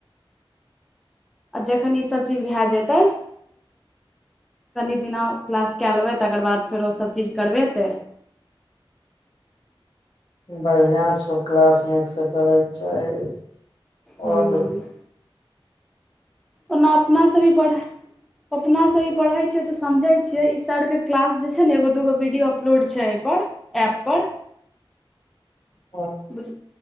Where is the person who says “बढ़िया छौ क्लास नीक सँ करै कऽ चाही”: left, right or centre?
Left